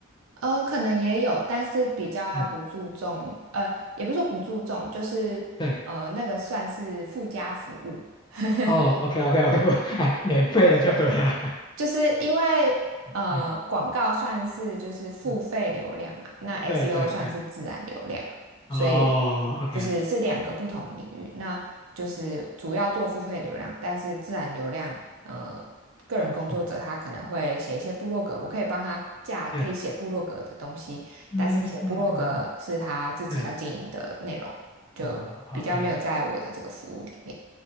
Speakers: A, on the right; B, on the left.
A: 呃，可能也有，但是比较不注重，
B: 嗯，
A: 呃，也不是说不注重，就是呃那个算是附加服务。
B: 对，
A: <laughs>
B: 哦 OK OK OK，我 <laughs> 哎，免费的就对了，
A: 就是因为呃，
B: <laughs> 嗯，
A: 广告算是就是付费流量嘛，
B: 嗯
A: 那 SEO
B: 对对对，
A: 算是自然流量，
B: 哦
A: 所以
B: OK，
A: 就是是两个不同的领域。那就是主要做付费流量，但是自然流量，呃，个人工作者他可能会写一些部落格，
B: 是，
A: 我可以帮他架可以写部落格的东西，
B: 对。嗯嗯嗯嗯嗯嗯
A: 但是写部落格是他自己要经营的内容，
B: 对，
A: 就比较没有在我的这个服务里面。
B: 啊、o k